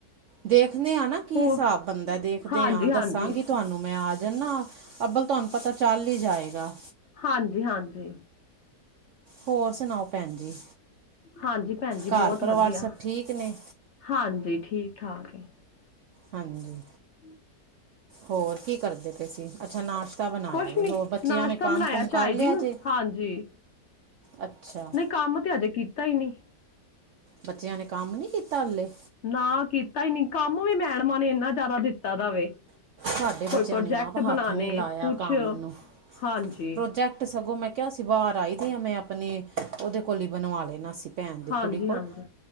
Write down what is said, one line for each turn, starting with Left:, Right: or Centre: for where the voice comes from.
Right: ਦੇਖਨੇ ਹਾਂ ਨਾ ਕੀ
Left: ਹੋਰ
Right: ਹਿਸਾਬ ਬੰਦਾ ਦੇਖਦੇ
Left: ਹਾਂਜੀ
Right: ਹਾਂ
Left: ਹਾਂਜੀ
Right: ਦੱਸਾਂਗੀ ਤੁਹਾਨੂੰ ਮੈਂ ਆ ਜਾਂਦਾ ਅੱਬਲ ਤੁਹਾਨੂੰ ਪਤਾ। ਚੱਲ ਹੀ ਜਾਏਗਾ।
Left: ਹਾਂਜੀ-ਹਾਂਜੀ
Right: ਹੋਰ ਸੁਣਾਓ ਭੈਣ ਜੀ।
Left: ਹਾਂਜੀ ਭੈਣ ਜੀ
Right: ਘਰ
Left: ਬਹੁਤ
Right: ਪਰਿਵਾਰ
Left: ਵਧੀਆ
Right: ਸਭ ਠੀਕ ਨੇ
Left: ਹਾਂਜੀ ਠੀਕ-ਠਾਕ ਏ।
Right: ਹਾਂਜੀ।
Left: ਹਮ
Right: ਹੋਰ ਕੀ ਕਰਦੇ ਅੱਛਾ ਨਾਸ਼ਤਾ ਬਣਾਇਆ
Left: ਕੁਛ
Right: ਵੇ
Left: ਨੀ
Right: ਹੋਰ ਬੱਚਿਆਂ
Left: ਨਾਸ਼ਤਾ
Right: ਨੇ ਕੰਮ-ਕੁਮ
Left: ਬਣਾਇਆ ਝਾਈ
Right: ਕਰ ਲਿਆ
Left: ਜੀ ਨੂੰ
Right: ਜੇ।
Left: <inaudible>
Right: ਅੱਛਾ
Left: ਨਹੀਂ ਕੰਮ ਤੇ ਹਜੇ ਕੀਤਾ ਹੀ ਨੀ।
Right: ਬੱਚਿਆਂ ਨੇ ਕੰਮ ਨੀ ਕੀਤਾ ਹਲੇ।
Left: ਨਾ ਕੀਤਾ ਹੀ ਨੀ ਕੰਮ ਵੀ ਮੈਡਮਾਂ ਨੇ ਇੰਨਾ ਜ਼ਿਆਦਾ ਦਿੱਤਾ ਦਾ ਵੇ।
Right: ਸਾਡੇ
Left: ਕੋਈ
Right: ਬੱਚਿਆਂ
Left: ਪ੍ਰੋਜੈਕਟ
Right: ਨੇ ਆਪ ਹੱਥ
Left: ਬਣਾਣੇ
Right: ਨੀ ਲਾਇਆ
Left: ਕੁਛ
Right: ਕੰਮ ਨੂੰ।
Left: ਹਾਂਜੀ
Right: ਪ੍ਰੋਜੈਕਟ ਸਗੋਂ ਮੈਂ ਕਿਹਾ ਸੀ ਬਾਹਰ ਆਈ ਮੈਂ ਆਪਣੀ ਉਹਦੇ ਕੋਲ ਹੀ ਬਣਵਾ ਲੈ ਨਾ ਭੈਣ ਦੀ
Left: ਹਾਂਜੀ
Right: ਕੁੜੀ ਕੋਲ
Left: ਹਾਂਜੀ